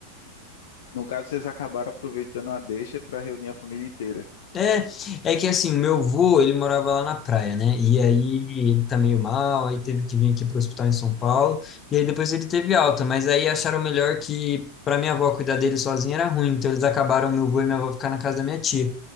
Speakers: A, on the left (about 55°); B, on the left (about 25°).
A: No caso, vocês acabaram aproveitando a deixa para reunir a família inteira.
B: É, é que assim, meu avô, ele morava lá na praia, né? E aí ele tá meio mal, aí teve que vir aqui pro hospital em São Paulo, e aí depois ele teve alta, mas aí acharam melhor que para minha avó cuidar dele sozinha era ruim, então eles acabaram meu avô e minha avó ficar na casa da minha tia.